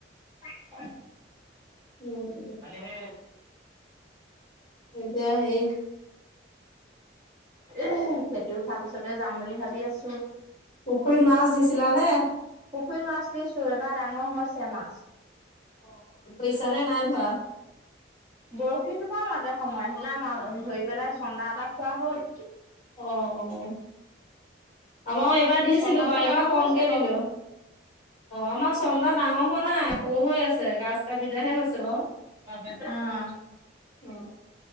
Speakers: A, on the right (about 15°); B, on the left (about 40°).
A: <unintelligible>
B: উম,
A: পানী সেই
B: এতিয়া সেই
A: খেতি উঠাৰ পিছতে যাম বুলি ভাবি আছোঁ।
B: পুখুৰীত মাছ দিছিলা নে?
A: পুখুৰীৰ মাছ দিছো এবাৰ ডাঙৰ হৈছে মাছ।
B: অ ধৰিছা নে নাই ধৰা
A: বৰশী টোপাও মাজে সময় সেইদিনা মাছ ধৰি পেলাই চন্দা এটা খোৱা হ'ল
B: অ আমাৰো এইবাৰ দিছিলো
A: চন্দাবোৰ
B: বাৰু এইবাৰ
A: ডাঙৰ
B: কমকে
A: হৈছে বাৰু
B: দিলো। অ',
A: দেৰ
B: আমাৰ
A: কেজি
B: চন্দা
A: মান
B: ডাঙৰ হোৱা নাই সৰু হৈ আছে গাজ কাবিটাহে হৈছে বাৰু।
A: হৈছ- অহ
B: অ